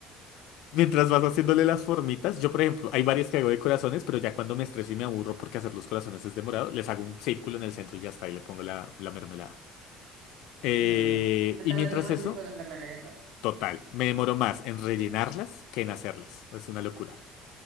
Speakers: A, on the left; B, on the right.
A: Mientras vas haciéndole las formitas, yo por ejemplo, hay varias que hago de corazones, pero ya cuando me estreso y me aburro porque hacer los corazones es demorado, les hago un círculo en el centro y ya está, y le pongo la, la mermelada. Eh,
B: Sí, no, no. Me
A: y
B: tardaría
A: mientras
B: más
A: eso,
B: tiempo en hacer las galletas.
A: total, me demoro más en rellenarlas que en hacerlas. Es una locura.